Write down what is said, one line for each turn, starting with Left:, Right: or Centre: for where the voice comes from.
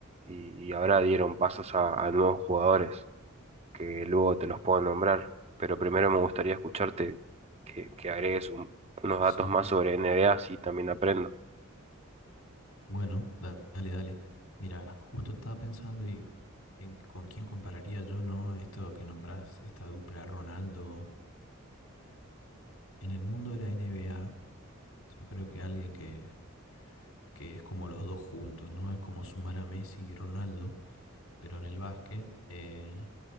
Right: y, y ahora dieron pasos a, a nuevos jugadores, que luego te los puedo nombrar, pero primero me gustaría escucharte que, que agregues un- unos datos
Left: Sí.
Right: más sobre NBA, así también aprendo.
Left: Bueno, da- dale, dale. Mira, justo estaba pensando y en con quién compararía yo, ¿no? Esto que nombrás, esta dupla Ronaldo-Messi. En el mundo de la NBA, yo creo que alguien que, que es como los dos juntos, ¿no? Es como sumar a Messi y Ronaldo, pero en el básquet. eh,